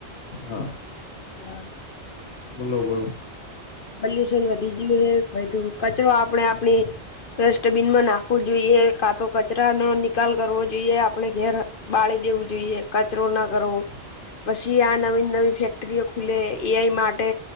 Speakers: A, on the left; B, on the left.
A: હા
B: હા
A: બોલો બો
B: પોલ્યુશન વધી ગયું હે <unintelligible> કચરો આપણે આપણી ડસ્ટબીનમાં નાખવું જોઈએ કા તો કચરા ન ની કાલ કરવો જોઈએ આપણે ઘેર બાળી દેવું જોઈએ કચરો ના કરવો પછી આ નવી નવી ફેક્ટરીઓ ખુલે એઆઈ માટે